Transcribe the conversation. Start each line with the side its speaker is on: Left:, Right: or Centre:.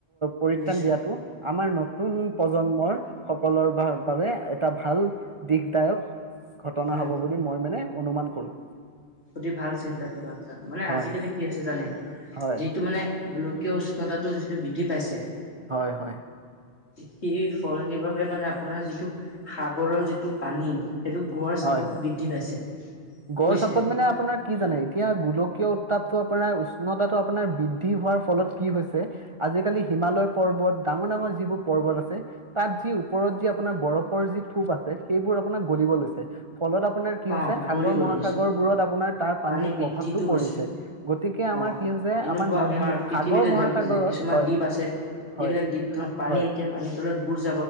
Right: পৰিত্ৰাণ
Left: নিশ্চয়
Right: দিয়াটো আমাৰ নতুন প্ৰজন্মৰ সকলৰ বাবে এটা ভাল দিশদায়ক ঘটনা হব
Left: অ
Right: বুলি মই মানে অনুমান কৰোঁ।
Left: অতি ভাল চিন্তা অতি ভাল চ মানে
Right: হয়
Left: আজিকালি কি আ হৈছে জানে
Right: হয়
Left: যিটো মানে গলো কিয় সতা যিটো বৃদ্ধি পাইছে
Right: হয় হয়।
Left: সেই সেইবাবে মানে আপোনাৰ যিটো সাগৰৰ যিটো পানী সেইটো গঁৰ
Right: হয়
Left: চাপত
Right: হয়
Left: বৃদ্ধি পাইছে।
Right: গড়
Left: বুজিছে
Right: চ্পত মানে আপোনাৰ কি জানে এতিয়া গোলকীয় উত্তাপটো আপোনাৰ উষ্ণতাটো আপোনাৰ বৃদ্ধি হোৱাৰ ফলত কি হৈছে আজিকালি হিমালয় পৰ্বত ডাঙৰ ডাঙৰ যিবোৰ পৰ্বত আছে তাত যি ওপৰত যি আপোনাৰ বৰফৰ যি থোপ আছে সেইবোৰ আপোনাৰ গলিব লৈছে। ফলত আপোনাৰ কি
Left: অ
Right: হৈছে সাগৰ
Left: গলিব
Right: মহাসাগৰবোৰত
Left: লৈছে
Right: আপোনাৰ তাৰ পানীৰ
Left: পানী বৃদ্ধিটো
Right: প্ৰভাৱতটো
Left: হৈছে
Right: পৰিছে গতিকে আমাৰ
Left: অ
Right: কি হৈছে
Left: এনেকুৱা
Right: আমাৰ নদ
Left: পৃথিৱীতে
Right: সাগৰ মহাসাগৰত
Left: ধৰক যে কিছুমান
Right: হয়
Left: দ্বীপ আছে এইবিলাক
Right: হয়
Left: দ্বীপ ধৰক পানী
Right: হয়
Left: <unintelligible>